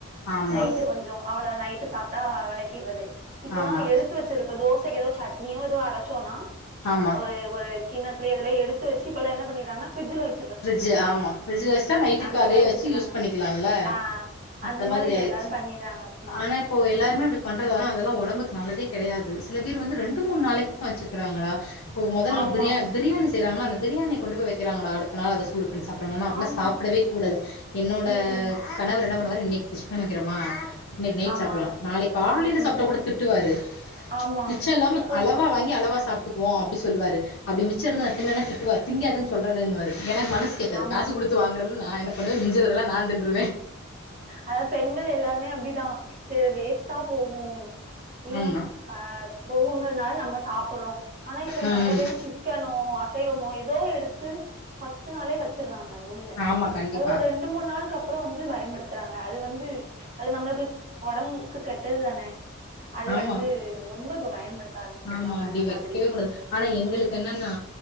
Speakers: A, on the left; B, on the right.
A: ஆமா
B: நைட்டு கொஞ்சோ அவ்வளதா நைட்டு சாப்டா வெளக்கிட்றது இப்பெல்லா
A: ஆமா
B: எடுத்து வச்சிருப்ப தோசைக்கு ஏதோ சட்னியோ ஏதோ அரச்சோனா
A: ஆமா
B: ஒரு ஒரு கிண்ணத்தலயோ எதுலயோ எடுத்து வச்சு இப்பெல்லா என்ன பண்ணிறாங்கனா ஃபிரிட்ஜ்ல வச்
A: ஃரிட்ஜ் ஆமா ஃபிரிட்ஜல வச்சா நைட்டுக்கு
B: அந்த
A: அதே
B: மாரி
A: வச்சு
B: வச்சிர்றாங்க
A: யூஸ் பண்ணிக்கலால
B: ஆ
A: அந்த
B: மாரி
A: மாதிரி
B: இப்ப
A: ஆயிடுச்சு
B: எல்லாரு பண்ணிர்றாங்க ம்
A: ஆனா
B: ம்
A: இப்போ எல்லாருமே
B: ஆமா
A: அப்டி பண்றத அதெல்லா ஒடம்புக்கு நல்லதே கெடையாது சில பேர் வந்து ரெண்டு மூணு நாளைக்குல்லா வச்சுக்கிறாங்கடா இப்போ மொத நாள்
B: ஆமா
A: பிரியா பிரியாணி செய்யறாங்கனா அந்த பிரியாணிய கொண்டு போயி வைக்கிறாங்கடா அடுத்த நாள் அத சூடு பண்ணி சாப்படுறாங்க ஆனா அப்டியெல்லா
B: ஆமா
A: சாப்டவே கூடாது என்னோட
B: ம் ம்
A: கணவர் என்ன பண்ணுவாரு இன்னைக்கு ஃபிஸ் பண்ணி வைக்கிறோமா இன்னைக்கு நைட்
B: ஆமா
A: சாப்புட்லா
B: ஆமா
A: நாளைக் காலையில
B: ம்
A: சாப்டா
B: ம்
A: கூட திட்டுவாரு
B: ஆமா
A: மிச்சோ இல்லாம
B: இப்போ
A: அளவா வாங்கி
B: ம்
A: அளவா
B: ம்
A: சாப் வோ அப்டி சொல்லுவாரு அப்டி மிச்ச இருந்தா அத திண்ணேனா திட்டுவாரு திங்காதனு சொல்றேன்லனுவாரு எனக்கு மனசு ச அத
B: ஆமா
A: காசு குடுத்து வாங்கறம்னு நா என்ன பண்ணுவே மிஞ்சறதெல்லா நா தின்றுவே
B: அதா பெண்கள் எல்லாருமே அப்டிதா செரி வேஸ்ட்டா போகு வீனா
A: ஆமா.
B: போ அ போகுங்கிறனால நம்ம சாப்பிடுறோம் ஆனா இப்ப
A: ம்.
B: நெறையா பேரு சிக்கனோ அ சைவமோ எதோ எடுத்து ஃபஸ்ட்டு நாளே வச்சிட்றாங்க உள்ள
A: ஆமா கண்டிப்பா
B: அது ஒரு ரெண் டு மூணு நாளுக்கு அப்புறோ வந்து பயன்படுத்துறாங்க அது வந்து அது நம்மளுக்கு ஒடம்புக்கு கெட்டது தானே அது
A: ஆமா
B: வந்து ரொம்ப இப்ப பயன்படுத்த ஆரம்பிச்சிடுறாங்க
A: ஆமா அப்டி
B: அந்த
A: வைக்கவே
B: மாதிரி
A: கூடாது ஆனா எங்களுக்கு என்னெனா